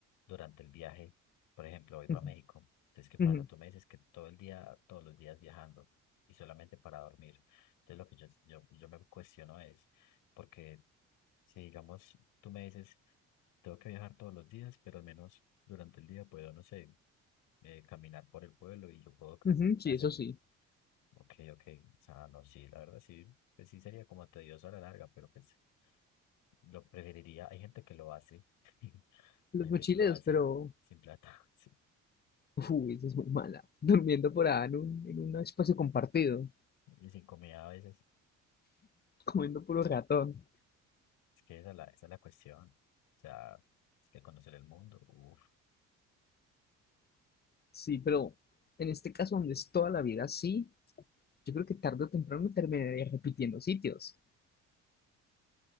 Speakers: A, on the left; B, on the left.
A: durante el viaje, por ejemplo, voy para
B: <laughs> Ujú,
A: México. Entonces, ¿qué pasa?
B: ujú,
A: Tú me dices que todo el día, todos los días viajando y solamente para dormir. Entonces, lo que yo, yo, yo me cuestiono es, porque si, digamos, tú me dices, tengo que viajar todos los días, pero al menos durante el día puedo, no sé, eh, caminar por el pueblo y yo puedo ca-
B: ujú, Sí,
A: hacer
B: eso sí.
A: Ok, ok. O sea, no, sí, la verdad sí, pues sí sería como tedioso a la larga, pero pues lo preferiría. Hay gente que lo hace, <laughs> hay
B: Los
A: gente
B: mochileros,
A: que lo hace
B: pero...
A: sin plata, <laughs> sí,
B: Uy, eso es muy mala. <laughs> Durmiendo por ahí en un, en un espacio compartido,
A: y sin comida a veces.
B: comiendo puro ratón.
A: Es que esa es la, esa es la cuestión. O sea, es que conocer el mundo, uff,
B: Sí, pero en este caso donde es toda la vida así, yo creo que tarde o temprano terminaría repitiendo sitios.